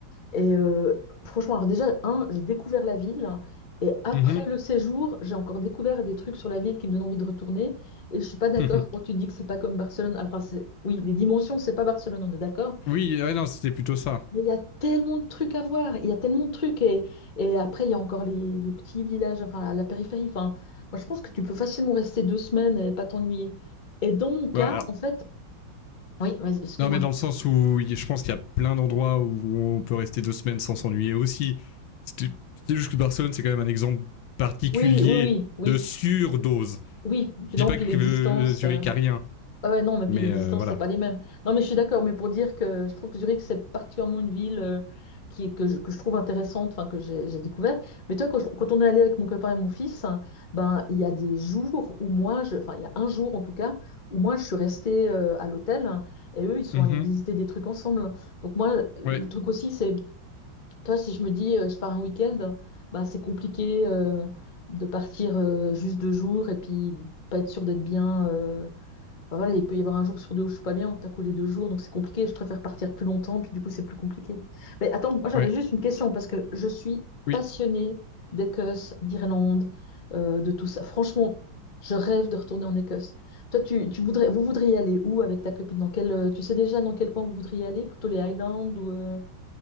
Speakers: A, on the left; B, on the left.
A: Et euh, franchement, alors déjà, un, j'ai découvert la ville. Et après
B: mhm,
A: le séjour, j'ai encore découvert des trucs sur la ville qui me donnent envie de retourner. Et je suis pas d'accord
B: mhm.
A: quand tu dis que c'est pas comme Barcelone. Alors, Enfin, c'est- oui, les dimensions, c'est pas Barcelone, on est d'accord.
B: <laughs> Oui, ah non, c'était plutôt ça.
A: Mais il y a tellement de trucs à voir, il y a tellement de trucs. Et, et après, il y a encore les, les petits villages, enfin la, la périphérie. Enfin, moi, je pense que tu peux facilement rester deux semaines et pas t'ennuyer. Et dans mon cas,
B: Ouais, alors,
A: en fait, oui, vas-y, excuse-moi.
B: Non, mais dans le sens où je pense qu'il y a plein d'endroits où on peut rester deux semaines sans s'ennuyer aussi. C'est juste que Barcelone, c'est quand même un exemple particulier
A: Oui, oui, oui, oui,
B: de surdose.
A: oui.
B: Je
A: Non,
B: dis pas
A: puis
B: que
A: les distances.
B: euh, Zurich
A: euh,
B: a rien,
A: Ah Ouais, non, mais puis
B: mais
A: les distances,
B: euh, voilà.
A: c'est pas les mêmes. Non, mais je suis d'accord, mais pour dire que je trouve que Zurich, c'est particulièrement une ville euh, qui, que, je, que je trouve intéressante, enfin, que j'ai j'ai découvert. Mais toi, quand, je- quand on est allé avec mon copain et mon fils, hein, ben, il y a des jours où moi, je, enfin, il y a un jour en tout cas, où moi, je suis restée euh, à l'hôtel hein, et eux, ils sont
B: Hmm.
A: allés visiter des trucs ensemble. Donc, moi, le
B: Ouais,
A: truc aussi, c'est, toi, si je me dis, euh, je pars un week-end, ben, c'est compliqué euh, de partir euh, juste deux jours et puis pas être sûr d'être bien. euh, Enfin, voilà, il peut y avoir un jour sur deux où je suis pas bien, on t'a collé deux jours, donc c'est compliqué. Je préfère partir plus longtemps, puis du coup, c'est plus compliqué. Mais attends, moi j'avais
B: ouais,
A: juste une question, parce que je suis
B: oui.
A: passionnée d'Écosse, d'Irlande, euh, de tout ça. Franchement, je rêve de retourner en Écosse. Toi, tu, tu voudrais, vous voudriez aller où avec ta copine? Dans quel, euh, tu sais déjà dans quel coin vous voudriez aller? Plutôt les Highlands ou euh,